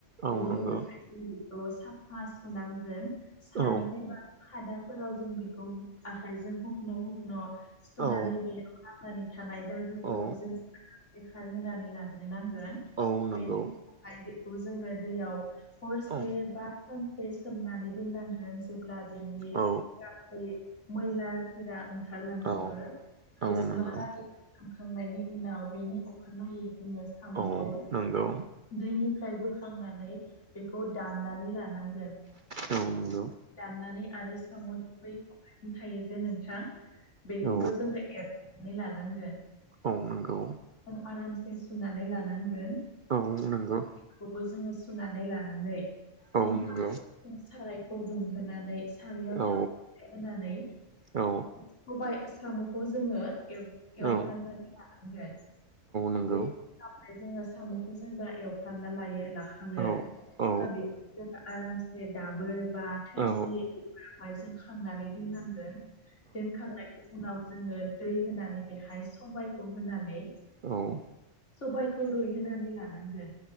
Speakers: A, on the right; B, on the left.
A: औ
B: बेनि
A: नंगौ
B: उनावहाय जों बेखौ साफा सुनांगोन। सानद्रिबा
A: औ
B: खादाफोराव जों बेखौ आखायजों हुखन' हुखन' सुनानै
A: औ
B: बेयाव नां नानै थानाय दागोफोरखौ
A: औ
B: जों बेखार होनानै लाग्रोनांगोन।
A: औ नंगौ
B: बेनि फाय बेखौ जोङो दैयाव हरसे
A: औ
B: बा सानसे सोमनानै दोननांगोन। जेब्ला बेनि
A: औ
B: दागै मैला फोरा ओंखारलांजोबो
A: औ औ
B: बेसिमहा
A: नंगौ
B: लागै सोमखांनायनि उनाव बेनि अखानायै जोङो साम'खौ
A: औ नंगौ
B: दैनिफ्राय बोखांनानै बेखौ दाननानै लाना नांगोन।
A: औ नंगौ
B: दाननानै आरो साम'नि बै <unintelligible> थायो जे नोंथां बेखौबो
A: औ
B: जोङो एरख'नानै लानांगोन।
A: औ नंगौ।
B: ओं आरामसे सुनानै लानांगोन।
A: औ नंगौ।
B: खौबो जों सुनानै लानानै
A: औ
B: गिबियावनो
A: नंगौ
B: जों सारायखौ दुंहोनानै सारायाव
A: औ
B: थाव <inaudible> होननानै
A: औ
B: सबाइ साम'खौ जोङो एव एवफ्रामनानै
A: औ
B: लानांगोन।
A: नंगौ
B: बे <unintelligible> जोङो साम'खौ जेबा एवफ्रामना लायो लाखाङो
A: औ
B: अब्ला
A: औ
B: बेखौ जों आरामसे दाबोर बा थोरसि
A: औ
B: <unintelligible> हाय जों खांनानै दोननांगोन। दोनखांनायनि उनाव जोङो दै होनानै बेहाय सबायखौ होनानै
A: औ।
B: सबायखौ रुइहोनानै लानांगोन।